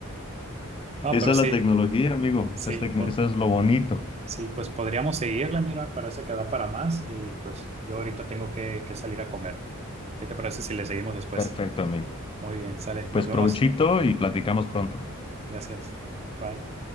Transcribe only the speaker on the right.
No,
pero
sí,
sí,
pues,
sí, pues podríamos seguirla, mira, parece que da para más y pues yo ahorita tengo que, que salir a comer. ¿Qué te parece si le seguimos después?
Muy bien, sale, nos
vemos.
Gracias. Bye.